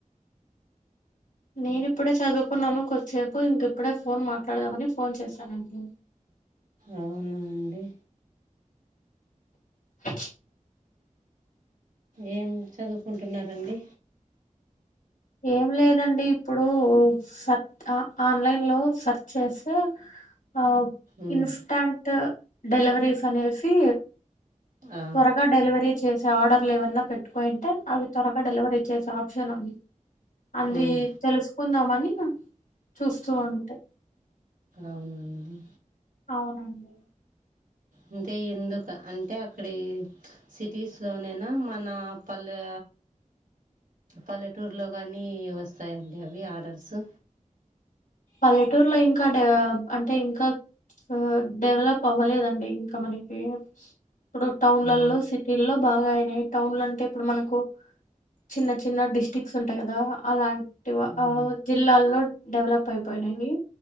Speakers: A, on the left; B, on the right.
A: నేనిప్పుడే చదువుకున్నాను కొద్దిసేపు ఇంకిప్పుడే ఫోన్ మాట్లాడదామని ఫోన్ చేశానండి.
B: అవునా అండి
A: అ
B: ఏం చదువుకుంటున్నారండి?
A: ఏం లేదండి ఇప్పుడూ సర్చ్ ఆన్లైన్లో సర్చ్ చేసి ఆ
B: ఉమ్,
A: ఇన్స్టాంట్ డెలివరీస్ అనేసి
B: ఆ,
A: త్వరగా డెలివరీ చేసే ఆర్డర్లు ఏవన్నా పెట్టుకోయింటే అవి త్వరగా డెలివరీ చేసే ఆప్షన్ ఉంది. అంది
B: ఉమ్,
A: తెలుసుకుందామని చూస్తూ ఉంటే
B: అవునా అండి
A: అవునండి.
B: అంటే ఎందుక అంటే అక్కడి సిటీస్లోననా మన పల్లా పల్లెటూర్లో గానీ వస్తాయండి అవి ఆర్డర్సు
A: పల్లెటూర్లో ఇంకా అంటే ఇంకా ఆ డెవలప్ అవ్వలేదండి ఇంకా మనకి ఇప్పుడు టౌన్లలో,
B: ఆ,
A: సిటీల్లో బాగా అయినయి టౌన్లంటే ఇప్పుడు మనకు చిన్న చిన్న డిస్టిక్స్ ఉంటాయి కదా అలాం
B: ఉమ్,
A: ఆ జిల్లాల్లో డెవలప్ అయిపోయినయి.